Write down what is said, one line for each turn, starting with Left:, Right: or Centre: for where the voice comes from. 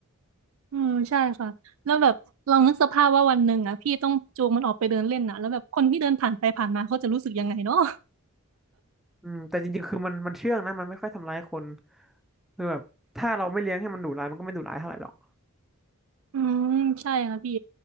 Right: อืมใช่ค่ะแล้วแบบลองนึกสภาพว่าวันหนึ่งอ่ะพี่ต้องจูงมันออกไปเดินเล่นน่ะแล้วแบบคนที่เดินผ่านไปผ่านมาเขาจะรู้สึกยังไงเนาะ
Centre: อืมแต่จริงๆคือมันมันเชื่องนะมันไม่ค่อยทำร้ายคนคือแบบถ้าเราไม่เลี้ยงให้มันดุร้ายมันก็ไม่ดุร้ายเท่าไหร่หรอก
Right: อืมใช่ค่ะพี่